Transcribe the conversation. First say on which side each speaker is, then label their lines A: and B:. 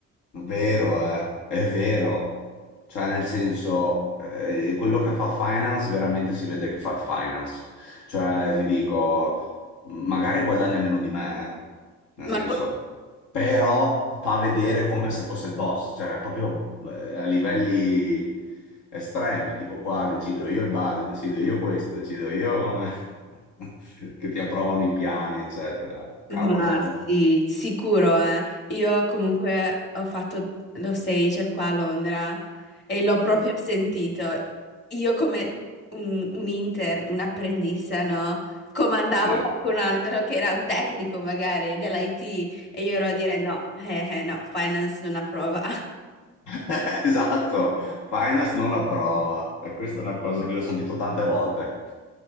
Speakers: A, on the left (about 80°); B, on the left (about 35°).
A: Vero, eh, è vero. Cioè, nel senso, eh, quello che fa finance veramente si vede che fa finance. Cioè, ti dico, magari guadagna meno di me, eh, nel
B: Ma,
A: senso,
B: co-
A: però fa vedere come se fosse il boss, cioè proprio eh, a livelli estremi, tipo qua decido io il budget, decido io questo, decido io come... <laughs> che ti approvano i piani, eccetera. Cavolo,
B: ma
A: è un po'...
B: sì, sicuro, eh. Io comunque ho fatto lo stage qua a Londra e l'ho proprio
A: mm,
B: sentito. Io come un, un intern, un apprendista, no? Comandavo
A: Sì.
B: qualcun altro che era un tecnico magari dell'IT e io ero a dire no, eh, eh, no, finance non approva.
A: <laughs> Esatto, Finance non approva e questa è una cosa che io ho sentito tante volte